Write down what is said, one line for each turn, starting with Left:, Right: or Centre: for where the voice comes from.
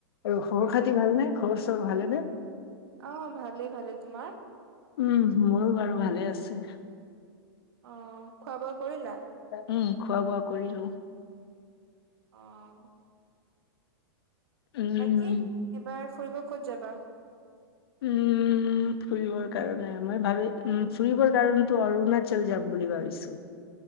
Left: আৰু খবৰ
Right: অ',
Left: খাতি ভাল নে, ঘৰ ভালেনে?
Right: অ', ভালেই-ভালেই। তোমাৰ?
Left: উম', মোৰো বাৰু ভালে আছে।
Right: অ', খোৱা বোৱা কৰিলা?
Left: উম', খোৱা বোৱা কৰিলো।
Right: অ'।
Left: উম
Right: বাকী, এবাৰ ফুৰিব ক'ত যাবা?
Left: উম'। উম', ফুৰিবৰ কাৰণে মই ভাবি--উম', ফুৰিবৰ কাৰণতো অৰুণাচল যাম বুলি ভাবিছোঁ।